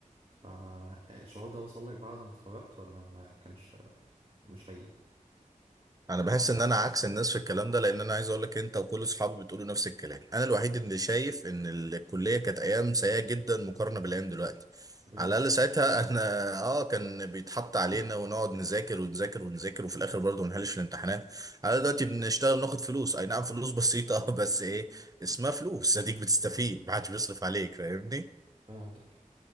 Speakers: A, on the right; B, on the right.
A: فالشعور ده وصل لك بعد ما اتخرجت ولا ما كانش مش حقيقي
B: انا بحس ان انا عكس الناس في الكلام ده لان انا عايز اقول لك انت وكل اصحابي بتقولوا نفس الكلام انا الوحيد اللي شايف ان الكليه كانت ايام سيئه جدا مقارنه بالايام دلوقتي
A: بجد
B: على الاقل
A: والله
B: ساعتها احنا <laughs> اه كان بيتحط علينا ونقعد نذاكر ونذاكر ونذاكر وفي الاخر برضه ما نحلش الامتحانات على الأقل دلوقتي بنشتغل ناخد فلوس اي نعم فلوس بسيطه <laughs> بس ايه
A: مم.
B: اسمها فلوس اديك بتستفيد ما حدش بيصرف عليك فاهمني
A: فهمتك